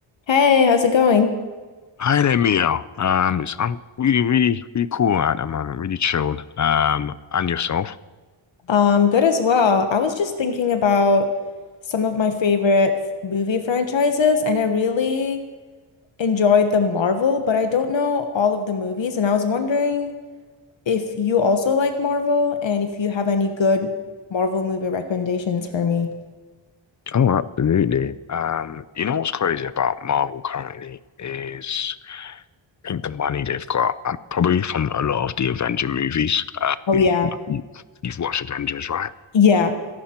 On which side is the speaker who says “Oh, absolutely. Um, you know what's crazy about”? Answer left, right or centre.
Left